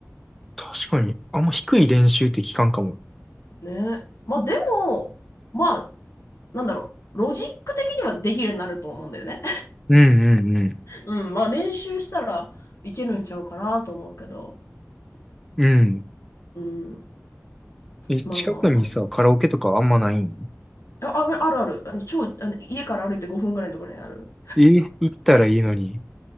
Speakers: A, in the centre; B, on the left.
A: 確かに。あんま低い練習って聞かんかも。
B: ね。まあでも、まあ、なんだろう、ロジック的にはできるようになると思うんだよね。
A: うんうんうん。
B: <laughs> うん、まあ練習したらいけるんちゃうかなと思うけど、
A: うん。
B: うん、
A: え、近くにさ、
B: まあまあまあ。
A: カラオケとかあんまないん
B: あ、あるあるある、あの、超、あの、家から歩いて5分ぐらいのところにある。
A: え、行ったらいいのに。